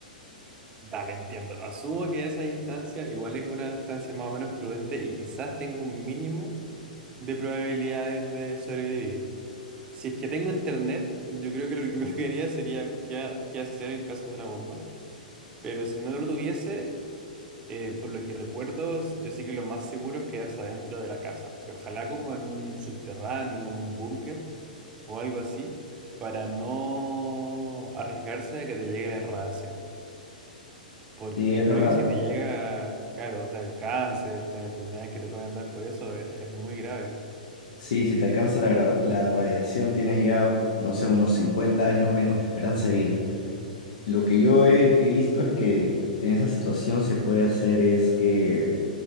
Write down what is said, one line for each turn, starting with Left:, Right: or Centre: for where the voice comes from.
Right: Dale, entiendo. Asumo que esa distancia igual es una distancia más o menos prudente y quizás tenga un mínimo de probabilidades de sobrevivir. Si es que tengo internet, yo creo que lo primero que haría sería qué, ha- qué hacer en caso de una bomba. Pero si no lo tuviese, eh, por lo que recuerdo, yo sé que lo más seguro es quedarse adentro de la casa. Ojalá como en un subterráneo, en un búnker o algo así, para no arriesgarse a que te llegue la radiación. Porque
Left: Sí, es verdad.
Right: creo que si te llega, claro, o sea, el cáncer, las enfermedades que te pueden dar por eso, es, es muy grave,
Left: Sí, si te alcanza la, gra- la radiación tienes ya, no sé, unos 50 años menos de esperanza de vida. Lo que yo he he visto es que en esa situación se puede hacer es que